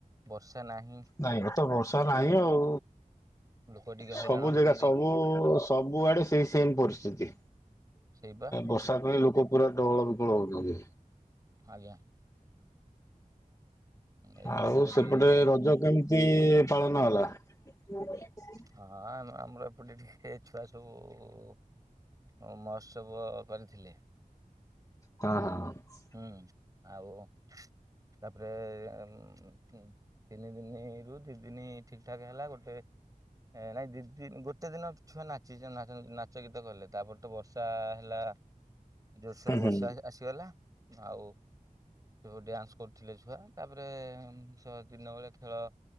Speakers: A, on the right (about 25°); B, on the left (about 20°).
A: ବର୍ଷା ନାହିଁ।
B: ନାଇଁ ଏ ବର୍ଷ ବର୍ଷା ନାହିଁ ଆଉ।
A: ଲୋକ ଟିକେ
B: ସବୁ
A: ହଇରାଣ ହଉଛନ୍ତି
B: ଜେଗା ସବୁ ସବୁ ସବୁ ଆଡେ ଏଇ ସେମ୍ ବରସୁଛି,
A: ସେଇବା
B: ବର୍ଷା ପାଇଁ ଲୋକ ପୁରା ଡହଳ ବିକଳ ହଉଚନ୍ତି।
A: ଆଜ୍ଞା। ଏ
B: ଆଉ
A: ତେଣୁକରି
B: ସେପଟେ ରଜ କେମତି? କେମତି ପାଳନ ହେଲା? <inaudible>
A: ହଁ ଆ ଆମର ଏପଟେ ଟିକେ ଛୁଆ ସବୁ ମହୋତ୍ସବ କରିଥିଲେ।
B: ହଁ, ହଁ, ହଁ,
A: ହୁଁ ଆଉ ତାପରେ ହୁଁ ତିନି ଦିନି ରୁହ, ଦି ଦିନି ଠିକ୍ ଠାକ୍ ହେଲା ଗୋଟେ ଏ ନାଇଁ ଦି ଦିନ୍ ଗୋଟେ ଦିନ ଛୁଆ ନାଚିଜା ନାଚ ଗୀତ କଲେ ତାପରେ ତ ବର୍ଷା ହେଲା। ଜୋରସୋରେ
B: ହୁଁ
A: ବର୍ଷା
B: ହୁଁ
A: ଆ ଆସିଗଲା ଆଉ ଯୋଉ ଡ୍ୟାନ୍ସ କରୁ କରୁଥିଲେ ଛୁଆ, ତାପରେ ଛୁଆ ଦିନ ବେଳେ ଖେଳ